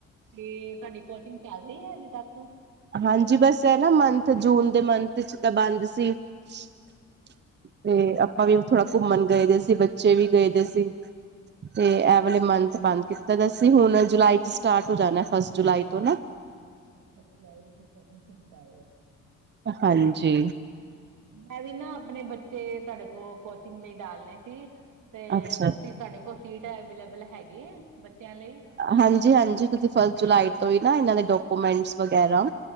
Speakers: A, on the right (about 80°); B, on the right (about 35°).
A: ਤੇ ਤੁਹਾਡੀ ਕੋਚਿੰਗ ਚਲ ਰਹੀ ਹੈ ਅਜੇ ਤਕ
B: ਹਾਂਜੀ ਬਸ ਇਹ ਨਾ ਮੰਥ ਜੂਨ ਦੇ ਮੰਥ 'ਚ ਤਾਂ ਬੰਦ ਸੀ। <inaudible> ਤੇ ਆਪਾਂ ਵੀ ਥੋੜਾ ਘੁੰਮਣ ਗਏ ਦੇ ਸੀ ਬੱਚੇ ਵੀ ਗਏ ਦੇ ਸੀ। ਤੇ ਐ ਵਲੇ ਮੰਥ ਬੰਦ ਕੀਤਾ ਦਾ ਸੀ ਹੁਣ ਜੁਲਾਈ 'ਚ ਸਟਾਰਟ ਹੋ ਜਾਣਾ ਫਸਟ ਜੁਲਾਈ ਤੋ ਨਾ
A: ਲੈਕ ਆ <unintelligible>
B: ਹਾਂਜੀ
A: ਮੈਂ ਵੀ ਨਾ ਆਪਣੇ ਬੱਚੇ ਤੁਹਾਡੇ ਕੋਲ ਕੋਚਿਗ ਲਈ ਡਾਲਣੇ ਸੀ। ਤੇ
B: ਅੱਛਾ
A: ਤੁਸੀ ਤੁਹਾਡੇ ਕੋਲ ਸੀਟ ਅਵੇਲੇਬਲ ਹੈਗੀ ਆ ਬੱਚਿਆਂ ਲਈ
B: ਹਾਂਜੀ- ਹਾਂਜੀ ਤੁਸੀ ਫਸਟ ਜੁਲਾਈ ਤੋ ਹੀ ਨਾ ਇਹਨਾਂ ਦੇ ਡਾਕੂਮੈਂਟਸ ਵਗੈਰਾ